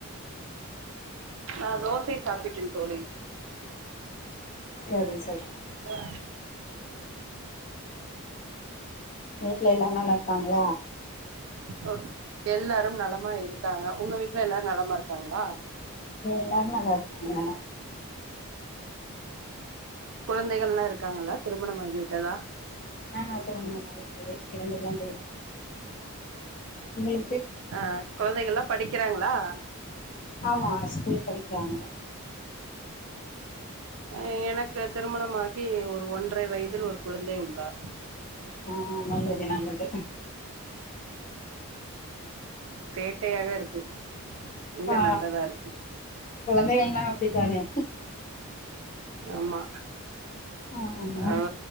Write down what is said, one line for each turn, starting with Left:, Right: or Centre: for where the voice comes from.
Right: நா தோசை சாப்பிட்டேன் தோழி
Left: சரி சரி
Right: ஆ
Left: வீட்ல எல்லாரு நல்லாருக்காங்ளா
Right: ம் எல்லாரும் நலமா இருக்காங்க உங்க வீட்ல எல்லாரும் நலமா இருக்காங்களா
Left: இங்க எல்லாரு நல்லாருக்காங்க
Right: குழந்தைகள்லா இருக்காங்களா திருமணம் ஆகிவிட்டதா
Left: ஆ திருமணம் ஆகிவிட்டது இரண்டு குழந்தைகள் உங்களு
Right: அ குழந்தைகள்லா படிக்கிறாங்களா
Left: ஆமா ஸ்கூல் படிக்கிறாங்க
Right: அ எனக்கு திருமணமாகி ஒரு ஒன்ரை வயதில் ஒரு குழந்தை உள்ளார்
Left: ஆ நல்லது நல்லது
Right: சேட்டையாக இருக்கு இங்க
Left: ஆ
Right: நல்லதா இருக்கு
Left: குழந்தைகள்ன்னா அப்டிதானே
Right: ஆமா
Left: ஆமா
Right: அவ